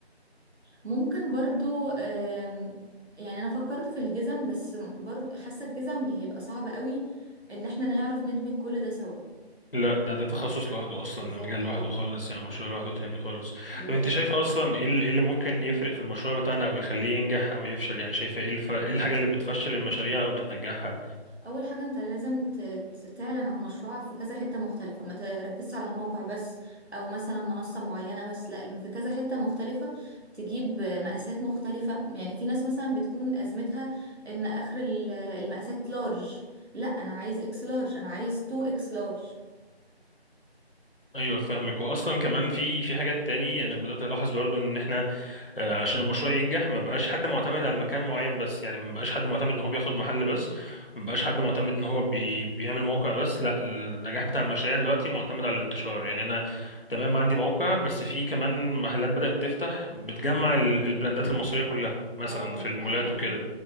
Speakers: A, on the right (about 80°); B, on the left (about 55°).
A: ممكن برضو آم، يعني انا فكرت في الجزم بس برضو حاسه الجزم بي- هيبقى صعب قوي ان احنا نعرف ندمج كل ده سوا
B: لا ده ده تخصص لوحده اصلا
A: بالظبط
B: ده مجال لوحده
A: اه
B: خالص يعني مشروع لوحده تاني خالص
A: بالظبط
B: طب انت شايفه اصلا ايه ال- إيه اللي ممكن يفرق في المشروع بتاعنا او يخليه ينجح او يفشل يعني شايفه ايه الف... ايه الحاجه اللي بتفشل المشاريع او بتنجحها
A: اول حاجه انت لازم ت- ت- تعلن عن مشروعك في كذا حته مختلفه ما تركزش على الموقع بس او مثلا منصه معينه بس لا في كذا حته مختلفه تجيب مقاسات مختلفه يعني في ناس مثلا بتكون ازمتها ان اخر ال- المقاسات لارج لا انا عايز اكس لارج انا عايز 2 اكس لارج
B: ايوه فاهمك واصلا كمان في في حاجات تاني انا بدات الاحظ برضو ان احنا آه، عشان المشروع ينجح ما بقاش حد معتمد على مكان معين بس يعني ما بقاش حد معتمد ان هو بياخد محل بس ما بقاش حد معتمد ان هو بي... بيعمل موقع بس لا النجاح بتاع المشاريع دلوقتي معتمد على الانتشار يعني انا تمام عندي موقع بس في كمان محلات بدأت تفتح بتجمع ال- البراندات المصرية كلها مثلا
A: اه
B: في المولات
A: اه
B: وكده
A: اه